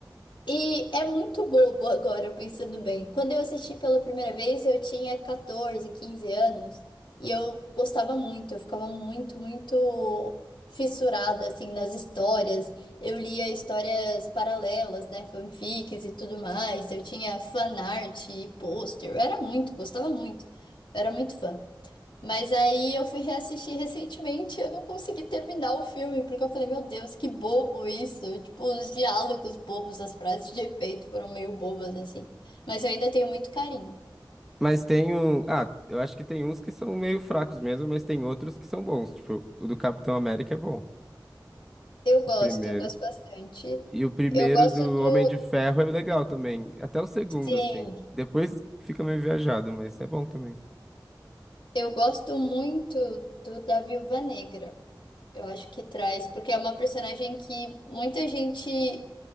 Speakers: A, on the left; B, in the centre.
A: E é muito bobo agora, pensando bem. Quando eu assisti pela primeira vez, eu tinha 14, 15 anos. E eu gostava muito, eu ficava muito, muito fissurada, assim, nas histórias. Eu lia histórias paralelas, né? Fanfics e tudo mais. Eu tinha fanart e pôster. Eu era muito, gostava muito. Eu era muito fã. Mas aí eu fui reassistir recentemente e eu não consegui terminar o filme, porque eu falei, meu Deus, que bobo isso. Tipo, os diálogos bobos, as frases de efeito foram meio bobas, assim. Mas eu ainda tenho muito carinho.
B: Mas tem um. Ah, eu acho que tem uns que são meio fracos mesmo, mas tem outros que são bons. Tipo, o do Capitão América é bom.
A: Eu gosto,
B: O primeiro.
A: eu gosto bastante.
B: E o primeiro
A: Eu gosto
B: do
A: do.
B: Homem de Ferro é legal também. Até o segundo,
A: Sim,
B: assim. Depois fica meio viajado, mas é bom também.
A: eu gosto muito do da Viúva Negra. Eu acho que traz, porque é uma personagem que muita gente